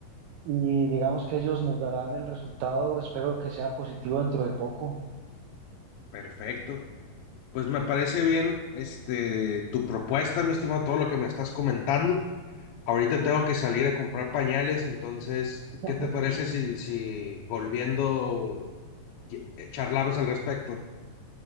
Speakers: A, on the right; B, on the left.
A: y digamos que ellos nos darán el resultado, espero que sea positivo dentro de poco.
B: perfecto. Pues me parece bien, este, tu propuesta, mi estimado, todo lo que me estás comentando. Ahorita tengo que salir a comprar pañales, entonces,
A: <laughs>
B: ¿qué te parece si, si volviendo eh, charlamos al respecto?